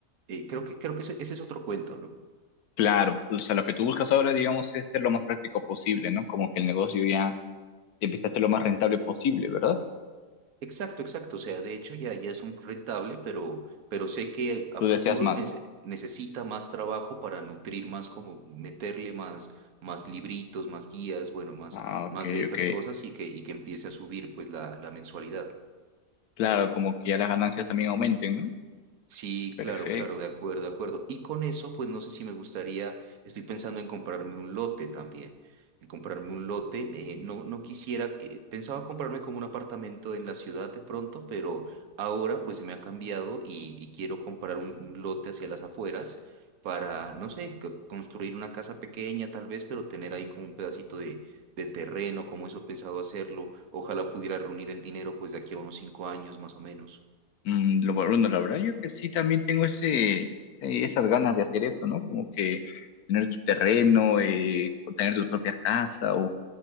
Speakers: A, on the right (about 75°); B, on the left (about 75°).
A: eh, creo que, creo que ese ese es otro cuento, ¿no?
B: Claro, o sea, lo que tú buscas ahora, digamos, es ser lo más práctico posible, ¿no? Como que el negocio ya empieza a ser lo más rentable posible, ¿verdad?
A: Exacto, exacto. O sea, de hecho ya, ya es un rentable, pero, pero sé que a
B: Tú
A: futuro
B: deseas más.
A: nece- necesita más trabajo para nutrir más, como meterle más, más libritos, más guías, bueno, más,
B: Ah, ok,
A: más de estas
B: ok.
A: cosas y que, y que empiece a subir pues la, la mensualidad.
B: Claro, como que ya las ganancias también aumenten, ¿no?
A: Sí,
B: Perfecto.
A: claro, claro, de acuerdo, de acuerdo. Y con eso, pues no sé si me gustaría, estoy pensando en comprarme un lote también, en comprarme un lote. eh, no, no quisiera, eh, pensaba comprarme como un apartamento en la ciudad de pronto, pero ahora pues se me ha cambiado y, y quiero comprar un, un lote hacia las afueras para, no sé, co- construir una casa pequeña tal vez, pero tener ahí como un pedacito de, de terreno, como eso he pensado hacerlo. Ojalá pudiera reunir el dinero pues de aquí a unos cinco años más o menos.
B: Mm, lo bueno, la verdad yo que sí también tengo ese, ese- esas ganas de hacer eso, ¿no? Como que tener tu terreno, eh, o tener tus propias casas, o